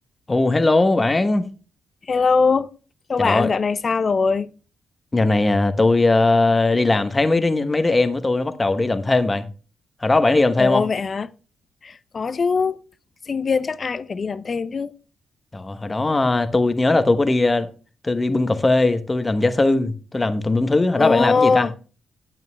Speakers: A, on the left; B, on the left.
A: Ồ hello bạn.
B: Hello, chào
A: Trời
B: bạn,
A: ơi,
B: dạo này sao rồi?
A: dạo này à, tôi ờ, đi làm thấy mấy đứa mấy đứa em của tôi nó bắt đầu đi làm thêm bạn. Hồi đó bạn đi làm thêm
B: Ồ
A: không?
B: vậy hả? Có chứ, sinh viên chắc ai cũng phải đi làm thêm chứ.
A: Trời ơi, hồi đó à, tôi nhớ là tôi có đi à, tôi đi bưng cà phê, tôi làm gia sư, tôi làm tùm lum thứ. Hồi
B: Ồ,
A: đó bạn làm cái gì ta?